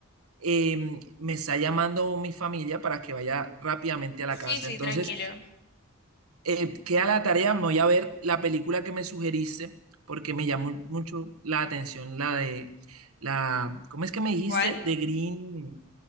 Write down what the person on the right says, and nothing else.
em, me está llamando mi familia para que vaya rápidamente a la
casa.
Entonces,
eh, queda la tarea, me voy a ver la película que me sugeriste, porque me llamó mucho la atención la de la, ¿cómo es que me dijiste?
De Green,